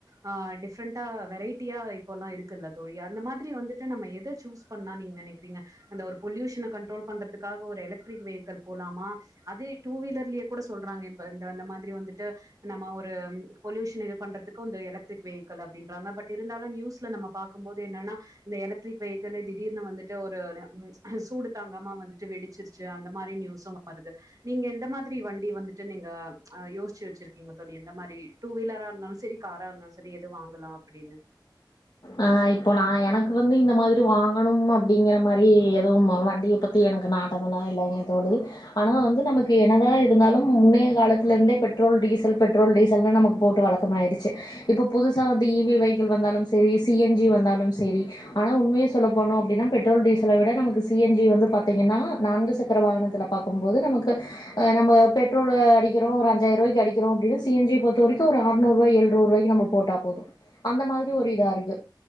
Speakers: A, on the right; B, on the left.
A: ஆ டிஃப்ரெண்டா வெரைட்டியா இப்போல்லா இருக்குல்ல தோழி அந்த மாதிரி வந்துட்டு நம்ம எத சூஸ் பண்ணா நீங்க நெனைக்கிறீங்க அந்த ஒரு பொல்யூஷன கண்ட்ரோல் பண்றதுக்காக ஒரு எலக்ட்ரிக் வெஹிக்கில் போலாமா அதே டூ வீலர்லயே கூட சொல்றாங்க இன்ப இந்த இந்த மாதிரி வந்துட்டு நம்ம ஒ ரு பொலியூஷன இது பண்றதுக்கு இந்த எலக்ட்ரிக் வெஹிக்கில் அப்டின்றாங்க பட் இருந்தாலு நியூஸ்ல நம்ம பாக்குபோது என்னன்னா இந்த எலக்ட்ரிக் வெஹிக்கலு திடீர்னு வந்துட்டு ஒரு ந ம் சூடு தாங்காமா வந்துட்டு வெடி ச்சிருச்சு அந்த மாரி நியூஸு வருது நீங்க எந்த மாதிரி வண்டி வந்துட்டு நீங்க அ யோசிச்சு வச்சிருக்கீங்க தோ ழி எந்த மாரி டூ வீலரா இருந்தாலு செரி காரா இருந்தாலு செரி எது வாங்கலா அப்டின்னு
B: ஆ இப்போ நா எனக்கு வந்து இந்த மாதிரி வாங்கணும் அப்டிங்கிற மாரி எதுவும் அ வண்டிய பத் தி எனக்கு நாட்டமெல்லா இல்லைங்க தோழி ஆனா வந்து நமக்கு என்னதா இருந்தாலு முன்னைய காலத்தல இருந்தே இப்பட் பெட்ரோல் டீசல் பெட்ரோல் டிசல்னு நமக்கு போட்டு வழக்கமாயிச்சி இப்ப புதுசா வந்து இ வி வெஹிக்கல் வந்தாலு செரி சி என் ஜி வந்தாலும் செரி ஆனா உண்மைய சொல்ல போனோ அப்டின்னா பெட்ரோல் டீசல விட நமக்கு சி என் ஜி வந்து பாத்தீங்னா நான்கு சக்கர வாகனத்லப் பாக்கு போது நமக்கு அ நம்ம பெட்ரோலு அடிக்கிறோ ஒரு அஞ்சாயிர ரூவாய்க்க அடிக்கிறோ அப்டினா சி என் ஜி பொத்த வரைக்கு ஒரு அரரூவா எழுற்நூறு ரூவாய்க்கு நம்பப் <unintelligible> போட்டா போது அந்த மாதிரி ஒரு இதா இருக்கு